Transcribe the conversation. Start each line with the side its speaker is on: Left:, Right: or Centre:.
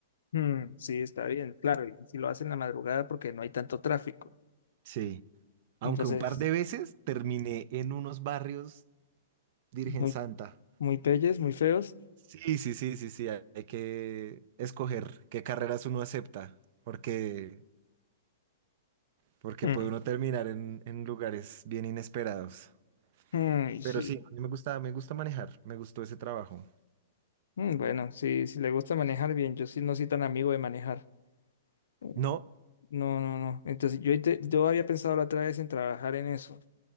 Left: Mm, sí, está bien, claro, y si lo hacen en la madrugada porque no hay tanto tráfico.
Right: sí. Aunque
Left: Entonces,
Right: un par de veces terminé en unos barrios Virgen
Left: muy,
Right: Santa.
Left: muy peyes, muy feos.
Right: Sí, sí, sí, sí, sí. Hay hay que escoger qué carreras uno acepta, porque, porque
Left: Mm,
Right: puede uno terminar en, en lugares bien inesperados.
Left: mm, sí.
Right: Pero sí, a mí me gusta, me gusta manejar, me gustó ese trabajo.
Left: Mm, Bueno, si, si le gusta manejar bien, yo sí no soy tan amigo de manejar. Mm.
Right: No,
Left: No, no, no. Entonces yo, inte- yo había pensado la otra vez en trabajar en eso,